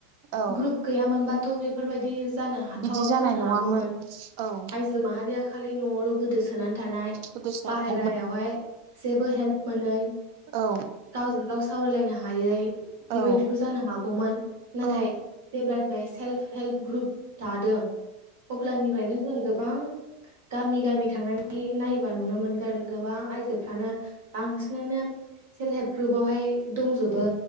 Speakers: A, on the right; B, on the right.
A: औ
B: ग्रुप गैयामोनबाथ' बेफोरबायदि जानो हाथावाबो
A: बिदि जानाय
B: जानो
A: नङामोन
B: हागौमोन
A: औ
B: आ जों माहारिया खालि न'आवल' गोदोसो सोनानै थानाय
A: गोदोसोनानै
B: बाहेरायावहाय
A: थायोमोन
B: जेबो हेल्प मोनै
A: औ
B: गावजों गाव सावरायलायनो हायै बेबायदिबो
A: औ
B: जानो हागौमोन नाथाय
A: औ
B: जेब्लानिफ्राय सेल्फ हेल्प ग्रुप दादो अब्लानिफ्रायनो जों गोबां गामि गामि थांनानै नायोबा नुनो मोनगोन गोबां आयजोफ्रानो बांसिनानो सेल्फ हेल्प ग्रुपवहाय दंजोबो